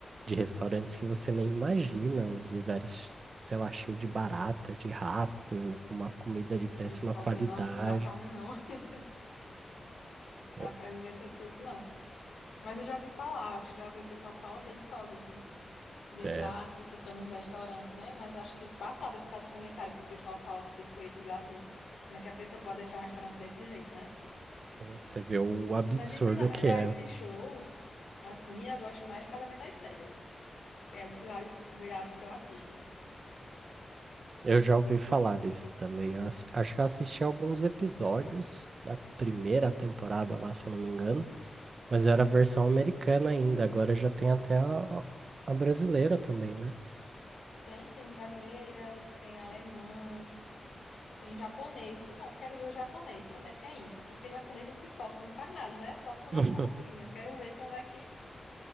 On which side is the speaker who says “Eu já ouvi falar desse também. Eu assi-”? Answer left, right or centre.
Right